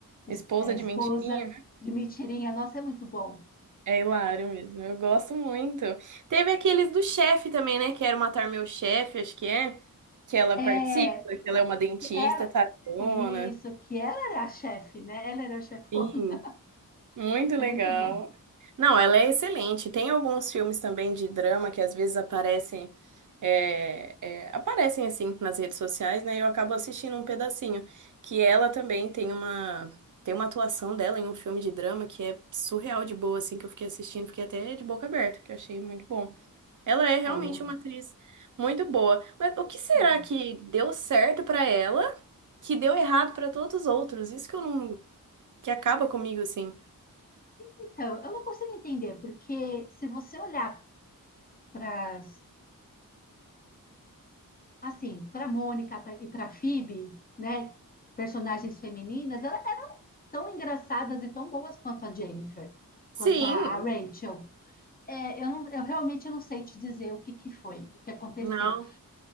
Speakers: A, on the left; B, on the right.
A: es-
B: Esposa
A: é, esposa
B: de mentirinha.
A: de mentirinha, nossa, é muito bom.
B: É hilário mesmo, eu gosto muito. Teve aqueles do chefe também, né? Quero Matar Meu Chefe, acho que é. Que ela
A: É,
B: participa, que ela é uma dentista,
A: que ela,
B: tarabona.
A: isso, que ela era a chefe, né? Ela era a chefona.
B: Sim.
A: <laughs>
B: Muito
A: É
B: legal.
A: muito bom.
B: Não, ela é excelente. Tem alguns filmes também de drama que às vezes aparecem, é, é, aparecem assim nas redes sociais, né? E Eu acabo assistindo um pedacinho. Que ela também tem uma, tem uma atuação dela em um filme de drama que é surreal de boa, assim, que eu fiquei assistindo, fiquei até de boca aberta, que eu achei muito bom. Ela é realmente
A: É, eu.
B: uma atriz muito boa. Mas o que será
A: é.
B: que deu certo pra ela, que deu errado pra todos os outros? Isso que eu não, que acaba comigo, assim.
A: Então, eu não consigo entender, porque se você olhar para assim, para Mônica pra- e para Phoebe, né, personagens femininas, elas eram tão engraçadas e tão boas quanto a Jennifer,
B: Sim,
A: quanto a, a Rachel. É, eu, não- eu realmente não sei te dizer o que que foi, o que aconteceu.
B: não.